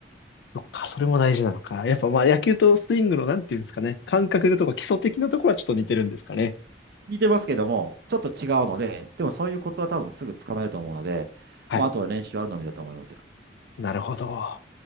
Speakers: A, on the left (about 65°); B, on the right (about 60°).
A: そっか、それも大事なのか。やっぱまあ野球とスイングのなんていうんですかね。
B: そう
A: 感覚とか基礎的なところはちょっと似てるんですかね。
B: 似てますけども、ちょっと違うので、でもそういうコツは多分すぐつかめると思うので、
A: はい。
B: もうあとは練習あるのみだと思いますよ。
A: なるほど。